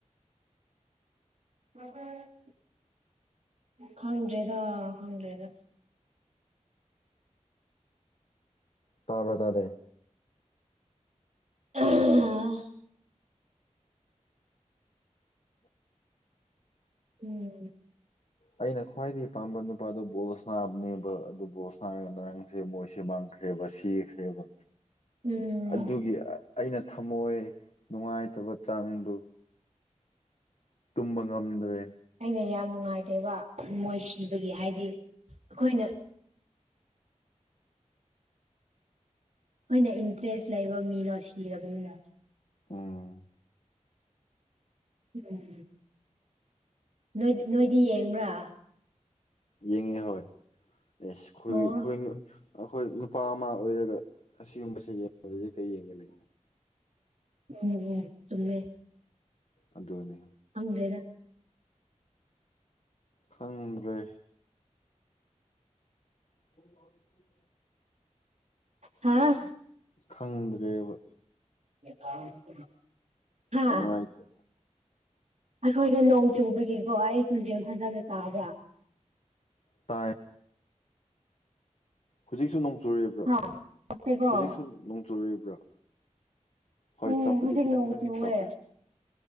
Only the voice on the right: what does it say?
INAUDIBLE ꯈꯪꯗ꯭ꯔꯦꯗꯥ- ꯈꯪꯗ꯭ꯔꯦꯗ
INAUDIBLE ꯎꯝ
ꯎꯝ
ꯑꯩꯅ ꯌꯥꯝ ꯅꯨꯡꯉꯥꯏꯇꯦꯕꯥ ꯃꯣꯏ ꯁꯤꯕꯒꯤ ꯍꯥꯏꯗꯤ ꯑꯩꯈꯣꯏꯅ ꯈꯣꯏꯅ ꯏꯟꯇ꯭ꯔꯦꯁ ꯂꯩꯕ ꯃꯤꯗꯣ ꯁꯤꯔꯕꯅꯤꯅ
INAUDIBLE ꯅꯣꯏꯅꯣꯏꯗꯤ ꯌꯦꯡꯕ꯭ꯔꯥ
ꯑꯣ
ꯎꯪ ꯎꯪ ꯆꯨꯝꯃꯦ
ꯈꯪꯗ꯭ꯔꯦꯗꯥ
ꯍꯥꯥꯑꯥ
<unintelligible> ꯍꯥ
ꯑꯩꯈꯣꯏꯗ ꯅꯣꯡ ꯆꯨꯕꯒꯤꯀꯣ ꯑꯩ ꯈꯣꯟꯖꯦꯟ ꯐꯖꯅ ꯇꯥꯕ꯭ꯔꯥ
ꯍꯥ ꯇꯥꯞꯇꯦꯀꯣ
ꯎꯝ
ꯍꯧꯖꯤꯛ
ꯅꯣꯡ
ꯆꯨꯋꯦ